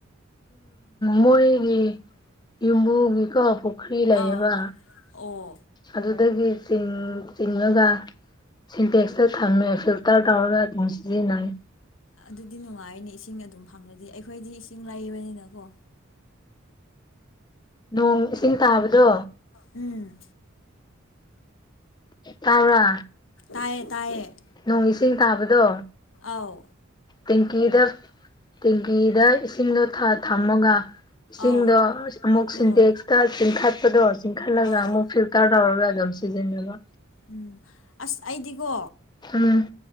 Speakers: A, on the left; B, on the left.
A: ꯃꯔꯤꯒꯤ ꯏꯕꯨꯒꯤ ꯀꯄ ꯄꯨꯈ꯭ꯔꯤ ꯂꯩꯌꯦꯕ
B: ꯑꯥꯎ ꯑꯣ
A: ꯑꯗꯨꯗꯒꯤ ꯆꯤꯡꯉꯒ ꯁꯤꯟꯇꯦꯛꯁꯇ ꯊꯝꯃꯦ ꯐꯤꯜꯇꯔ ꯇꯧꯔꯒ ꯑꯗꯨꯝ ꯁꯤꯖꯤꯟꯅꯩꯦ
B: ꯑꯗꯨꯗꯤ ꯅꯨꯡꯉꯥꯏꯅꯦ ꯏꯁꯤꯡ ꯑꯗꯨꯝ ꯐꯪꯂꯪꯂꯗꯤ ꯑꯩꯈꯣꯏꯗꯤ ꯏꯁꯤꯡ ꯂꯩꯕꯅꯤꯅꯀꯣ
A: ꯅꯣꯡ ꯏꯁꯤꯡ ꯇꯥꯕꯗꯣ
B: ꯎꯝ
A: ꯇꯥꯥꯎ꯭ꯔ
B: ꯇꯌꯦ ꯇꯥꯏꯌꯦ
A: ꯅꯣꯡ ꯏꯁꯤꯡ ꯊꯥꯕꯗꯣ
B: ꯑꯥꯎ
A: ꯇꯦꯡꯀꯤꯗ ꯇꯦꯡꯀꯤꯗ ꯏꯁꯤꯡꯗꯣ ꯊꯝꯃꯒ ꯏꯁꯤꯡꯗꯣ
B: ꯑꯥꯎ
A: ꯑꯃꯨꯛ ꯁꯤꯟꯇꯦꯛꯁꯀ
B: ꯑꯥ
A: ꯆꯤꯡꯈꯠꯄꯗꯣ ꯆꯤꯡꯈꯠꯂꯒ
B: ꯑꯥꯎ
A: ꯑꯃꯨꯛ ꯐꯤꯜꯇꯔ ꯇꯧꯔꯒ ꯑꯗꯨꯝ ꯁꯤꯖꯕ
B: ꯎꯝ ꯑꯁ ꯑꯩꯗꯤꯀꯣ
A: ꯎꯝ